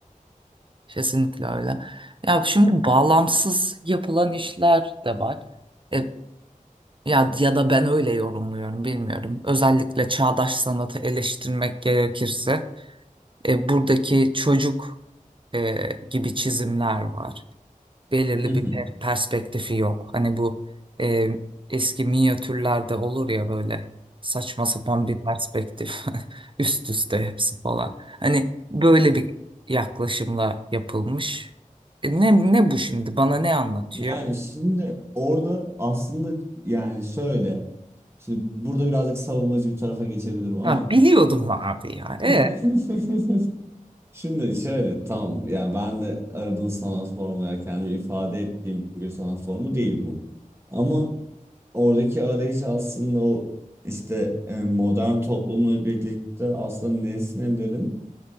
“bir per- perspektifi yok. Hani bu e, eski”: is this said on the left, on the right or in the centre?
Right